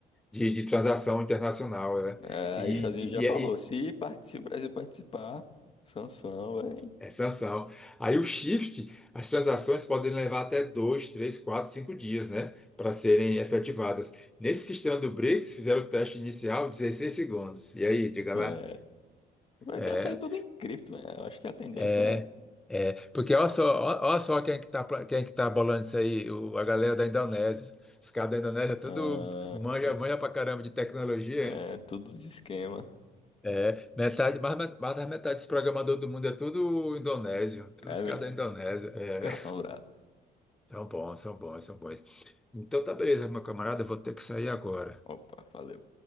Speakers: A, in the centre; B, on the left.
A: de, de transação internacional, né?
B: É,
A: E,
B: aí os Estados Unidos já falou,
A: e, e-
B: se, parti- se o Brasil participar, sanção, vai.
A: é sanção. Aí o shift, as transações podem levar até dois, três, quatro, cinco dias, né, para serem efetivadas. Nesse sistema do BRICS, fizeram o teste inicial 16 segundos. E aí, diga
B: É,
A: lá.
B: vai-
A: É,
B: deve ser tudo em cripto, né? Eu acho que a tendência
A: é,
B: é,
A: é. Porque olha só, ó- olha só quem é que tá, pla- quem é que tá bolando isso aí, o- a galera da Indonésia. Os caras da Indonésia tudo
B: ah,
A: manja,
B: tu-
A: manja pra caramba de tecnologia,
B: é tudo de esquema.
A: É, metade, mais, met- mais da metade dos programadores do mundo é tudo indonésio, todos
B: É
A: os
B: mesmo?
A: caras da Indonésia. É,
B: Os caras são bravos.
A: são bons, são bons, são bons. Então tá beleza, meu camarada, eu vou ter que sair agora.
B: Opa, valeu.